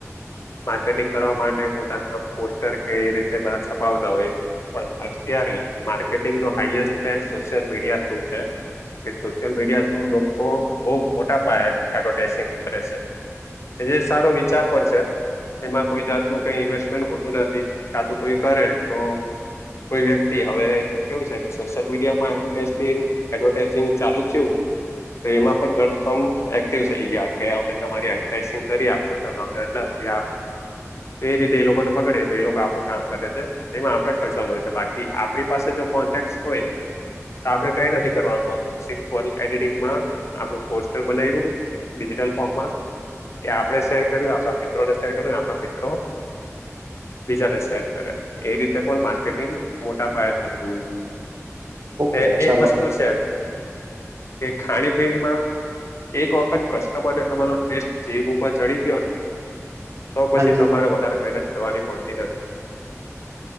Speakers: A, on the left; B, on the right.
A: માર્કેટિંગ કરવા માટે પોતાના પોસ્ટર કેવી રીતે <unintelligible> છપાવતા હોય પણ અત્યારે માર્કેટિંગ નો highest trend social media through છે કે સોશિયલ મીડિયા થ્રુ લોકો બો મોટા પાયે એડવર્ટાઈઝિંગ કરે સે એજે સારો વિચાર પણ સે એમાં કોઈ જાતનું કઈ ઈન્વેસ્ટમેન્ટ હોતું નથી કાતું કોઈ કરે તો કોય વ્યક્તિ હવે કેવું સે કે સોશિયલ મીડિયા માં એડવર્ટાઈઝ થી એવું એડવર્ટાઇઝિંગ ચાલુ થ્યું તો એમાં પણ ગણો <unintelligible> એ કેવું સે ઐયા કે અમે તમારી એડવર્ટાઈઝિંગ કરી આપશું તમે અમને આટલા રૂપિયા તો એ રીતે એ લોકોને પકળે તો એ લોકો આપળુ કામ કરે છે એમાં આપળે ખર્ચવાનું હોય સે બાકી આપળી પાસે તો કોન્ટેક હોય આપળે કઈ નથી કરવાનું આવતું સિમ્પલ એડિટિંગમાં આપળુ પોસ્ટર બનાયવું ડિજિટલ ફોર્મમાં એ આપળે શેર કર્યું આપળા મિત્રોને શેર કર્યું ને આપળા મિત્રો બીજાને સેન્ડ કરે એ રીતે પણ માર્કેટિંગ મોટા પાયે થતું હોય
B: ઓકે
A: ને
B: ચલો
A: એક વસ્તુ સે કે ખાણીપીણીમાં એક વ ખત કસ્ટમર ને તમારો ટેસ્ટ જીભ ઉપર ચડી ગ્યો ને તો પસી
B: હાજી
A: તમારે વધારે મેનત કરવાની પોચતી નથી.